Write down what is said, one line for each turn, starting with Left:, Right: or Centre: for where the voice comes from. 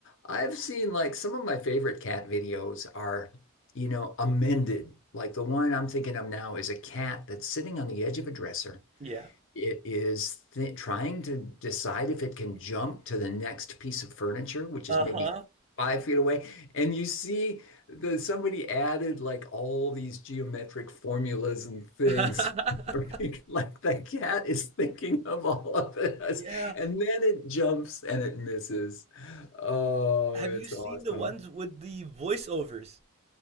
Left: I've seen like some of my favorite cat videos are, you know, amended. Like the one I'm thinking of now is a cat that's sitting on the edge of a dresser
Right: Yeah.
Left: it is th trying to decide if it can jump to the next piece of furniture, which
Right: Uh-huh.
Left: is maybe five feet away. And you see the somebody added like all these geometric formulas and things.
Right: <laughs>
Left: <laughs> Like the cat is thinking of all of this.
Right: Yeah.
Left: And then it jumps and it misses. Oh,
Right: Have
Left: it's
Right: you seen
Left: awesome.
Right: the ones with the voiceovers?